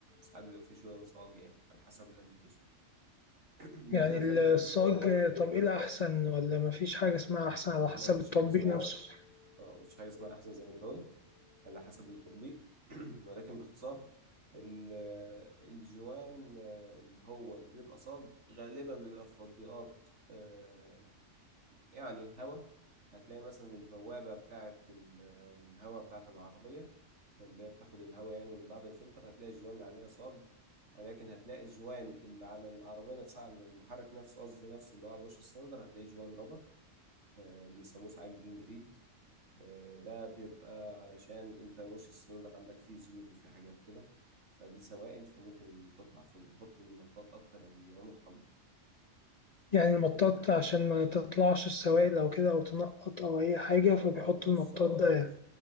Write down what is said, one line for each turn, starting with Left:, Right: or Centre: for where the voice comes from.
Right: ساعات بيبقى في جوان صاج يعني على حسب الابليكيشن <clears throat>
Left: يعني
Right: ده كده
Left: الصاج
Right: فايدة الجوان
Left: طب ايه الأحسن ولا مفيش حاجة اسمها أحسن على حسب
Right: ما فيش
Left: التطبيق
Right: حاجة اسمها
Left: نفسه
Right: احسن اه مفيش حاجة اسمها أحسن زي ما أنت قلت على حسب التطبيق <clears throat> ولكن باختصار ال- الجوان آه، اللي هو اللي بيبقى صاج غالبا بيبقى في تطبيقات آه، يعني هوا هتلاقي مثلا البوابة بتاعة ال- الهوا بتاعة العربية اللي هي بتاخد الهوا يعني من بعد الفلتر هتلاقي الجوان اللي عليها صاج ولكن هتلاقي الجوان اللي على العربية نفسها على المحرك نفسه قصدي نفسه اللي هو على وش السلندر هتلاقيه جوان رابر آه، بيسموه ساعات جنجريد آه، ده بيبقى علشان انت وش السلندر عندك فيه زيوت وفيه حاجات كده فدي سوائل فممكن تطلع فبيحطوا المطاط اكتر يعني بيبقى محكم اكتر
Left: يعني
Right: طيب
Left: المطاط
Right: انت كنت
Left: عشان ما تطلعش السوائل أو كده أو تنقط أو أي حاجة
Right: اه
Left: فبيحطوا
Right: آه، بالظبط
Left: المطاط ده يعني.